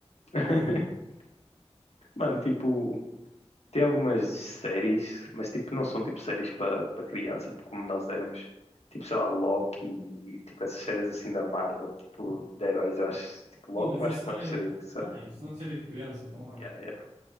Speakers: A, on the left (about 70°); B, on the right (about 85°).
A: <laughs>
B: É a única.
A: Mano, tipo, Tem algumas séries, mas tipo, não são tipo séries para para criança, tipo como nós éramos. Tipo, sei lá, Loki e tipo essas séries assim da Marvel, tipo de heróis, eu acho. Tipo, Loki
B: Sim, mas
A: eu
B: isso
A: acho que
B: não
A: é uma das
B: é.
A: séries insana.
B: Ah, isso não é série de criança, não acho.
A: Yeah, yeah.